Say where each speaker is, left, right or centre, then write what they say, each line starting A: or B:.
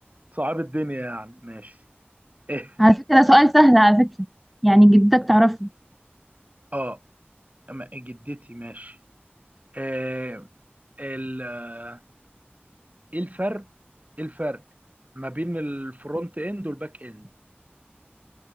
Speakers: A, on the right (about 40°); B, in the centre.
A: صعب الدنيا يعني ماشي ايه
B: على فكرة ده سؤال سهل على فكرة يعني جدتك تعرفه
A: اه أما جدتي ماشي آه ال آه، ايه الفرق ايه الفرق ما بين الفرونت اند والباك اند